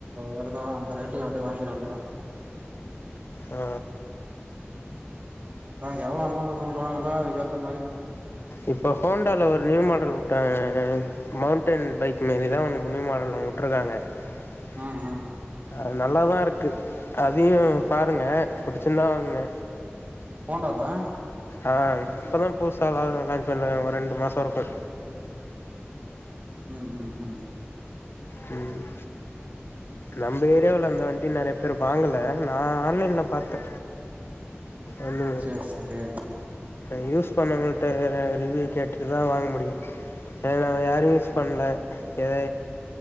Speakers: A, on the right; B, on the left.
A: வருதோ அந்த ரேட்டுக்கு அப்டியே வாங்கிற வேண்டிதா
B: ஆ
A: அதா எவ்ளோ அமௌண்ட் சொல்றாங்களோ அதுக் ஏத்த மாதி
B: இப்போ ஹோண்டால நியூ மாடல் வுட்டாங்க மவுண்டன் பைக் மாரிதா ஒன்னு நியூ மாடல்ல வுட்ருக்காங்க ஆஹ
A: ஆ அ
B: அது நல்லாதா இருக்கு அதையு பாருங்க புடிச்சிருந்தா வாங்குங்க
A: ஹோண்டாதா
B: ஆ இப்போ தா புதுசா லா லாஞ்ச்ண்ண ஒரு ரெண்டு மாசோ இருக்கு
A: ம் ம் ம்
B: ம் நம்ப ஏரியாவுல அந்த வண்டி நெறைய பேர் வாங்கல நா ஆன்லைன்ல பாத்தே ஒன்னு
A: சேரி சேரி
B: அ யூஸ் பண்ணவங்கள்ட்ட ரிவ்யு கேட்டுட்டுதா வாங்க முடியு தெர்ல யாரு யூஸ் பண்ல எ